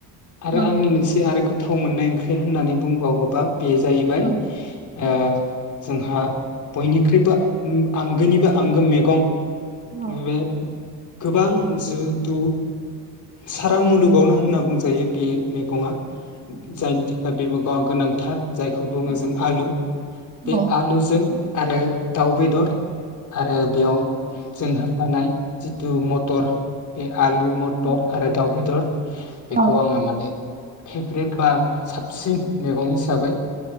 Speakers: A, on the left; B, on the right.
A: आरो
B: औ
A: आंनि मोनसे आरो गो थाव मोननाय ओंख्रि होननानै बुंबावोबा बेयो जाहैबाय
B: औ
A: ओ जोंहा बयनिख्रुइबो ओम आंगोनिबो आंगो मैगं
B: औ
A: ओम बे गोबां जिहेथु सारा मुलुगावनो होनना बुंजायो बे मेगङा। जायनि थाखाय बे <unintelligible> गोनांथार। जायखौ बुङो
B: औ
A: जों आलु। बे
B: औ
A: आलुजों आरो दाउ बेदर आरो बेयाव जों होफानाय जिथु मटर बे आलु, मटर आरो दाउ बेदर बेखौ
B: औ
A: आङो माने फेभ्रेट बा साबसिन मेगं हिसाबै